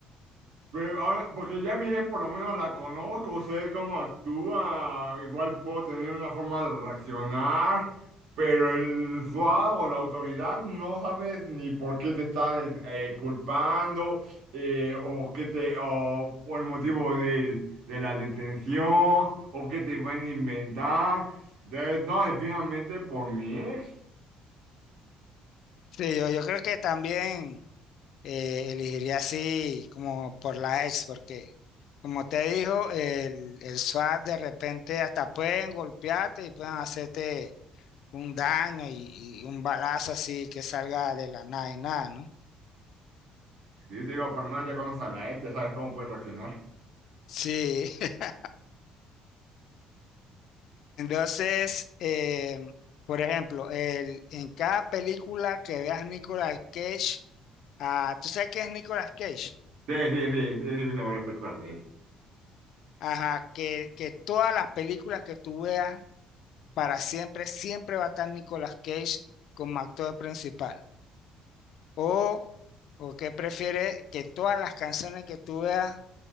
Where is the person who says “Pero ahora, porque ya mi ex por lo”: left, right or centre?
Right